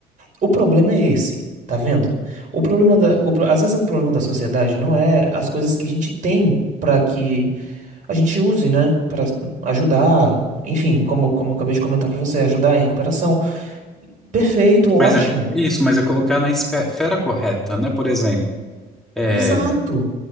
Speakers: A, on the right; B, in the centre.
A: O problema é esse, tá vendo? O problema da, o pro- às vezes o problema da sociedade não é as coisas que a gente tem pra que a gente use, né? Pra ajudar, enfim, como, como eu acabei de comentar pra você, ajudar em recuperação. Perfeito,
B: Mas
A: ótimo.
B: é isso, mas é colocar na esfera correta, né? Por exemplo, é,
A: Exato.